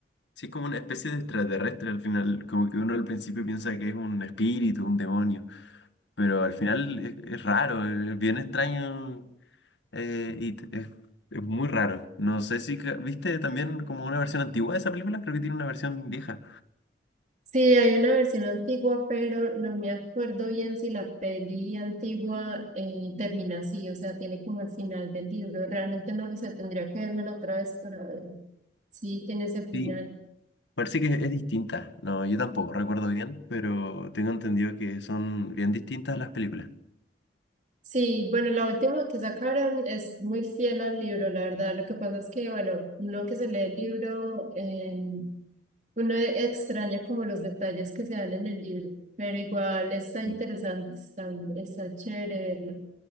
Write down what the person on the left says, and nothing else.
Sí, es como una especie de extraterrestre al final, como que uno al principio piensa que es un espíritu, un demonio, pero al final es, es raro, eh, es bien extraño eh, y t- es, es muy raro. No sé si ca- viste también como una versión antigua de esa película, creo que tiene una versión vieja.
sí Parece que es distinta. No, yo tampoco recuerdo bien, pero tengo entendido que son bien distintas las películas.
Sí.